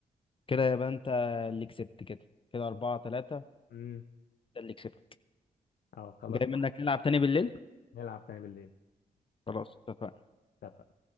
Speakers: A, on the left; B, on the left.
A: كده يبقى انت اللي كسبت كده كده أربعة تلاتة
B: امم
A: ده اللي كسبت
B: اه خلاص
A: جاي منك نلعب تاني بالليل
B: نلعب تاني بالليل
A: خلاص اتفقنا
B: طب